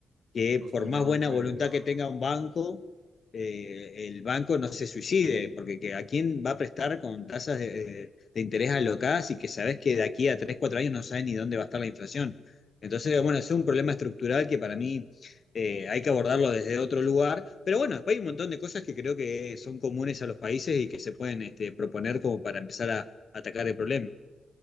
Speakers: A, on the left; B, on the right.
A: que
B: Sostener
A: por más
B: un
A: buena
B: crédito.
A: voluntad que tenga un banco, eh, el banco no se suicide, porque que- ¿a quién va a prestar con tasas de, de interés alocadas y que sabes que de aquí a 3 4 años no sabes ni dónde va a estar la inflación? Entonces, bueno, es un problema estructural que para mí eh, hay que abordarlo desde otro lugar, pero bueno, después hay un montón de cosas que creo que son comunes a los países y que se pueden este, proponer como para empezar a atacar el problema.